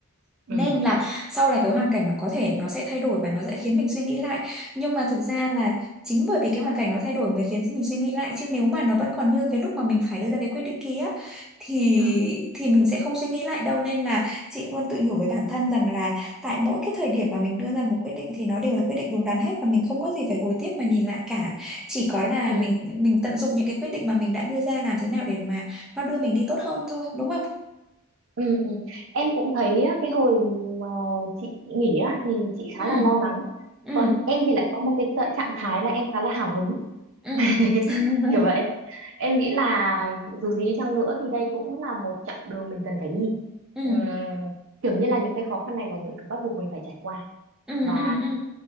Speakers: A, on the right; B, in the centre.
A: ừ
B: nên là sau này cái hoàn cảnh nó có thể nó sẽ thay đổi và nó sẽ khiến mình suy nghĩ lại nhưng mà thực ra là chính bởi vì cái hoàn cảnh nó thay đổi mới khiến mình suy nghĩ lại chứ nếu mà nó vẫn còn như cái lúc mà mình phải đưa ra cái quyết định kia á, thì
A: Ừ.
B: thì mình sẽ không suy nghĩ lại đâu nên là chị luôn tự nhủ với bản thân rằng là tại mỗi cái thời điểm mà mình đưa ra một quyết định thì nó đều là quyết định đúng đắn hết và mình không có gì phải hối tiếc mà nhìn lại cả chỉ có là
A: ừ
B: mình mình tận dụng những cái quyết định mà mình đã đưa ra làm thế nào để mà nó đưa mình đi tốt hơn thôi đúng không
A: Ừ, ừ. Em cũng thấy á, cái hồi mà chị nghỉ á, thì chị
B: ừ
A: khá là lo lắng
B: ừ
A: còn em thì lại có một cái tợ- trạng thái là em khá là hào hứng
B: ừ
A: <laughs>
B: <laughs>
A: kiểu vậy em nghĩ là dù gì đi chăng nữa thì đây cũng là một chặng đường mình cần phải đi
B: ừ
A: Ừm, kiểu như là những cái khó khăn này là những thứ bắt buộc mình phải trải qua
B: ừ
A: và
B: ừ ừ